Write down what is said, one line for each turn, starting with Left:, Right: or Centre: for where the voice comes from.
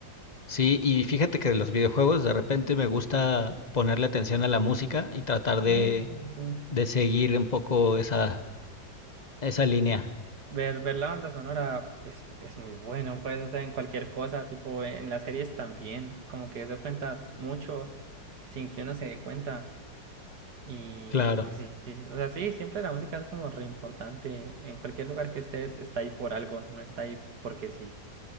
Left: Sí, y fíjate que de los videojuegos de repente me gusta ponerle atención a la música y tratar
Right: Ah,
Left: de,
Right: sí, sí.
Left: de seguir un poco esa, esa línea.
Right: Ver, ver la banda sonora es, es muy bueno, pues, o sea, en cualquier cosa, tipo en las series también, como que eso cuenta mucho sin que uno se dé cuenta. Y
Left: Claro,
Right: pues sí, sí, sí. o sea, sí, siempre la música es como re importante. En cualquier lugar que estés, está ahí por algo, no está ahí porque sí.